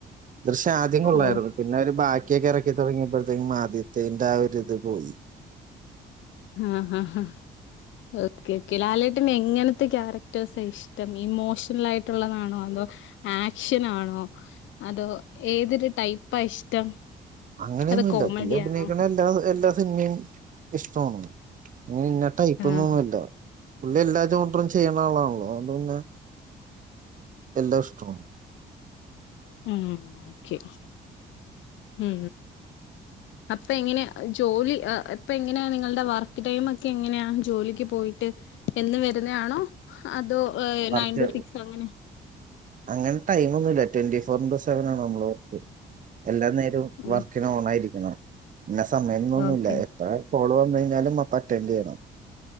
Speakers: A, on the right (about 40°); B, on the left (about 70°).
A: ദൃശ്യ ആദ്യം കൊള്ളായിരുന്നു
B: ഓ
A: പിന്നെ ഒരു ബാക്കിയൊക്കെ ഇറക്കി തുടങ്ങി അപ്പോഴത്തേക്കും ആദ്യത്തേന്റെ ആ ഒരി ഇത് പോയി
B: ആഹ ഹഹ ഹഹ ഓക്കെ ഓക്കെ ലാലേട്ടന്റെ എങ്ങനത്തെ ക്യാരക്ടേഴസ് ഇഷ്ടം ഇമോഷണൽ ആയിട്ടുള്ളതാണോ അ ആക്ഷന ആണോ അതോ ഏതൊരു ടൈപ്പാ ഇഷ്ടം
A: അങ്ങനെയൊന്നുമല്ല
B: അതോ കോമഡി
A: പുള്ളി അഭിനയിക്കണ
B: ആണോ
A: എല്ലാ എല്ലാ സിനിമയും ഇഷ്ടോന്നുന്നു ഇന ഇിട്ട് ഇപ്പൊന്നൊന്നുമല്ല
B: ആഹ്
A: പുള്ളി എല്ലാ ചോണ്ടും ചെയ്യണ ആളാണല്ലോ അത്ന്നെ എല്ലോ സ്റ്റോൺ
B: ഉ ഓക്കെ ഉ അപ്പ എങ്ങനെയാ ജോലി ഇപ്പ എങ്ങനെയാ നിങ്ങളുടെ വർക്ക് ടൈം ഒക്കെ എങ്ങനെയാ ജോലിക്ക് പോയിട്ട് എന്ന് വരുന്ന ആണോ അതോ
A: വർക്ക്
B: നയൻ ടു സിക്സ് അങ്ങനെ
A: അങ്ങനെ ടൈമൊന്നുമില്ല ട്വന്റി ഫോർ ഇന്റു സെവൻ ആണ് നമ്മള് വർക്ക് എല്ലാം നേരം വർക്കിന്
B: ആഹ്
A: ഓൺായിരിക്കണം പിന്നെ സമയംമന്നൊന്നുമില്ല
B: ഓക്കെ
A: എപ്പോഴ കോള വന്നു കഴിഞ്ഞാലും അപ്പ അറ്റൻഡ് ചെയ്യണം